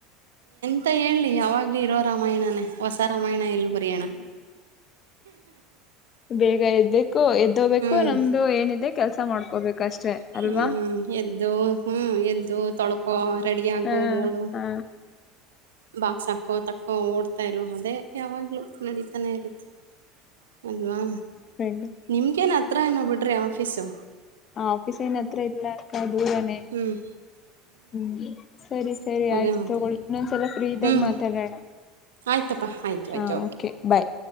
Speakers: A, on the right (about 70°); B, on the left (about 35°).
A: ಅಂತ ಹೇಳಿ ಯಾವಾಗಲ ಇರೋ ರಾಮಾಯಣನೇ ಹೊಸ ರಾಮಾಯಣ ಎಲ್ಲಿ ಬರಿಯೋಣ
B: ಬೇಗ ಎದ್ದೇಕು ಎದೋಬೇಕು
A: ಹ್ಞೂ
B: ನಮ್ದು ಏನಿದೆ ಕೆಲ್ಸ ಮಾಡ್ಕೋಬೇಕು ಅಷ್ಟೆ
A: ಹ್ಮ್
B: ಅಲ್ವಾ
A: ಎದ್ದು ಹ್ಮ್ ಎದ್ದು ತೊಳ್ಕೋ ರೆಡಿಯಾಗು
B: ಹಾ
A: ಓಡು
B: ಹಾ
A: ಬಾಕ್ಸ್ ಹಾಕೋ ತಕ್ಕೋ ಓಡ್ ತಾ ಇರುವುದೇ ಯಾವಾಗ್ಲೂ ನಡೀತಾನೆ ಇರುತ್ತೆ ಅಲ್ವಾ
B: ಫ್ರೆಂಡ್
A: ನಿಮ್ಗೇನ್ ಹತ್ರ ಏನೋ ಬಿಡ್ರಿ ಆಫೀಸು
B: ಅ ಆಫೀಸ್ ಏನ್ ಅತ್ರ ಇಲ್ಲ ಅಕ್ಕ ದೂರನೆ
A: ಹ್ಮ್
B: ಹ್ಮ್ ಸರಿ ಸರಿ
A: ಅದೇ
B: ಆಯ್ತು
A: ಮತ್ತೆ
B: ತಗೊಳ್ಳಿ ಇನ್ನೊಂದ್ಸಲ ಫ್ರೀ ಇದಾಗ
A: ಹ್ಮ್
B: ಮಾತಾಡೋಣ
A: ಆಯ್ತಪ್ಪಾ ಆಯ್ತು
B: ಹಾ
A: ಆಯ್ತು
B: ಓಕೆ ಬಾಯ್